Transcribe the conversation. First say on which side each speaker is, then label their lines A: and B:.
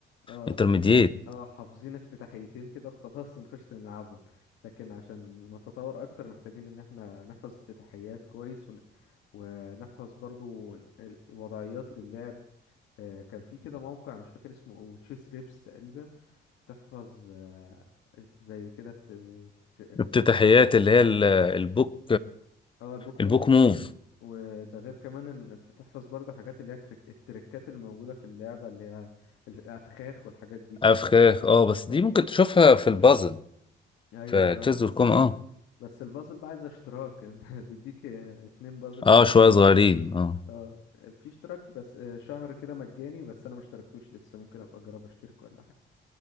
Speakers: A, on the left (about 80°); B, on the left (about 25°).
A: اه
B: انترميديت
A: اه حافظين افتتاحيتين كده وخلاص <laughs> ونخش نلعبهم لكن عشان نتطور اكتر محتاجين ان احنا نحفظ افتتاحيات كويس ون... ونحفظ برضو ال- الوضعيات للعب آه كان في كده موقع مش فاكر اسمه تشيس ريبس تقريبا بتحفظ آه زي كده الت- تر- آه،
B: افتتاحيات
A: اسمه إيه ده
B: اللي هي ال- البوك
A: اه البوك
B: البوك
A: موفز
B: موف
A: وده غير كمان ان بتحفظ برضو حاجات اللي هي تريك... التريكات اللي موجودة في اللعبة اللي هي الافخاخ والحاجات دي
B: افخاخ اه بس دي
A: اه
B: ممكن تشوفها في البازل
A: ايوه
B: في
A: بالظبط
B: تشيز
A: بس
B: دوت كوم اه
A: بس البازل بقى عايز اشتراك <laughs> انت بيديك اتنين بازل
B: اه
A: ولا تلاتة
B: شويه
A: بازل
B: صغيرين
A: وخلاص.
B: اه
A: اه في اشتراك بس آه، شهر كده مجاني بس انا ما اشتركتوش لسه ممكن ابقى اجرب اشترك ولا حاجه